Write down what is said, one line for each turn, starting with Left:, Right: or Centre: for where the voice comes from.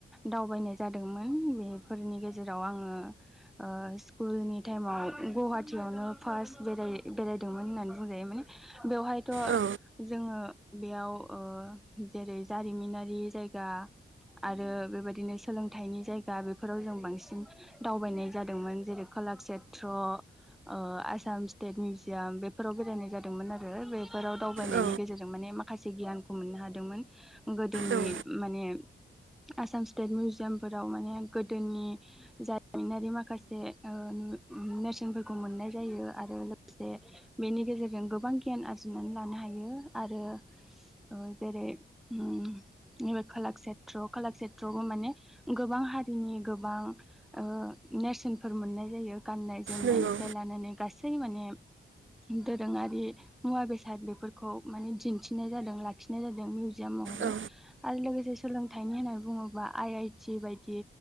Centre: दावबायनाय जादोंमोन बेफोरनि गेजेराव आङो ओ स्कुलनि टाइमाव गुवाहाटियावनो फार्स्ट बेराय बेरायदोंमोन होननानै बुंजायो माने बेवहायथ'
Right: औ
Centre: जोङो बेयाव ओ जेरै जारिमिनारि जायगा आरो बेबायदिनो सोलोंथाइनि जायगा बेफोराव जों बांसिन दावबायनाय जादोंमोन जेरेखोम कलासेत्र ओ आसाम स्टेट मिउजियाम बेफोराव बेरायनाय जादोंमोन आरो बेफोराव दावबायनायनि
Right: औ
Centre: गेजेरजों माने माखासे गियानखौ मोननो हादोंमोन गोदोनि
Right: औ
Centre: माने आसाम स्टेट मिउजियामफोराव माने गोदोनि जारिमिनारि माखासे ओ नेरसोनफोरखौ मोननाय जायो आरो लोगोसे बेनि गेजेरजों गोबां गियान आरजिनानै लानो हायो। यो आरो ओ जेरै उम नैबे कलाकषेत्र कलाकषेत्रआवबो माने गोबां हारिनि गोबां ओ नेरसोनफोर मोननाय जायो गाननाय जोमनायनिफ्राय
Right: नंगौ
Centre: लानानै गासै माने दोरोङारि मुवा बेसाद बेफोरखौ माने दिन्थिनाय जादों लाखिनाय जादों मिउ जियामहाय
Right: औ
Centre: आरो लोगोसे सोलोंथाइनि होननानै बुङोबा आइ आइ टि बायदि